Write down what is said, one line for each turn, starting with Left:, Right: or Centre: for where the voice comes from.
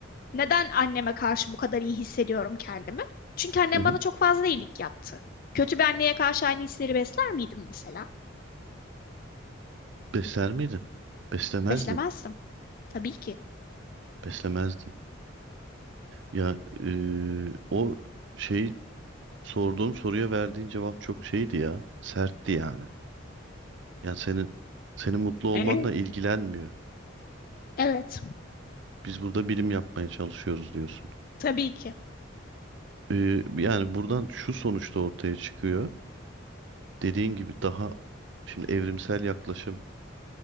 Left: Neden anneme karşı bu kadar iyi hissediyorum kendimi? Çünkü annem
Right: Hı hı.
Left: bana çok fazla iyilik yaptı. Kötü bir anneye karşı aynı hisleri besler miydim mesela?
Right: Besler miydin? Beslemezdim.
Left: Beslemezdim. Tabii ki.
Right: Beslemezdim. Ya eee, o şey sorduğum soruya verdiğin cevap çok şeydi ya. Sertti yani. Yani senin senin mutlu olmanla
Left: <laughs> Ee?
Right: ilgilenmiyor.
Left: Evet.
Right: Biz burada bilim yapmaya çalışıyoruz diyorsun.
Left: Tabii ki.
Right: Eee, yani buradan şu sonuçta ortaya çıkıyor. dediğin gibi daha şimdi evrimsel yaklaşım